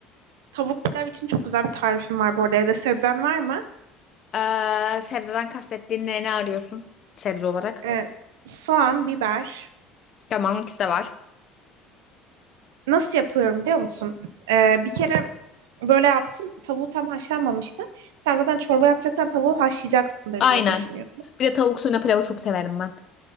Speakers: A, on the right; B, on the left.
A: Tavuk pilav için çok güzel bir tarifim var bu arada. Ya da sebzen var mı?
B: Eee sebzeden kastettiğin ne, ne arıyorsun sebze olarak?
A: E, soğan, biber.
B: Ya marmut de var.
A: Nasıl yapıyorum biliyor musun? E, bir kere böyle yaptım. Tavuğu tam haşlanmamıştı. Sen zaten çorba yapacaksan tavuğu haşlayacaksındır
B: Aynen.
A: diye düşünüyorum.
B: Bir de tavuk suyuna pilavı çok severim ben.